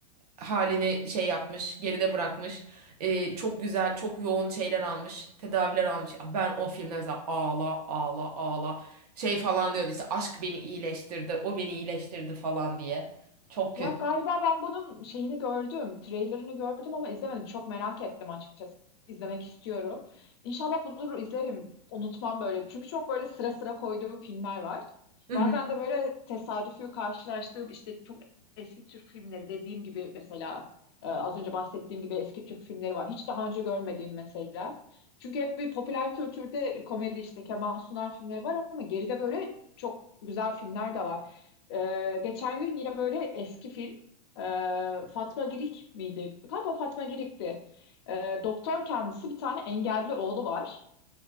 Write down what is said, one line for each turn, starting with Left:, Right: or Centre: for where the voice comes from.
Right: e, halini şey yapmış, geride bırakmış. E, çok güzel, çok yoğun şeyler almış, tedaviler almış. Ya Ben o filmde mesela ağla, ağla, ağla şey falan diyordu işte aşk beni iyileştirdi, o beni iyileştirdi falan diye. Çok
Left: Ya
Right: kötü.
Left: galiba ben bunun şeyini gördüm, trailerını gördüm ama izlemedim. Çok merak ettim açıkçası. İzlemek istiyorum. İnşallah bulur izlerim. Unutmam böyle. Çünkü çok böyle sıra sıra koyduğum filmler var.
Right: Hı
Left: Bazen de böyle tesadüfi karşılaştığım işte çok eski Türk filmleri dediğim gibi mesela e, az önce bahsettiğim gibi eski Türk filmleri var. Hiç daha önce görmediğim mesela. Çünkü hep bir popüler kültürde komedi işte Kemal Sunal filmleri var ama geride böyle çok güzel filmler de var. Ee, geçen gün yine böyle eski film ee, Fatma Girik miydi? Galiba Fatma Girik'ti. Ee, doktor kendisi bir tane engelli oğlu var.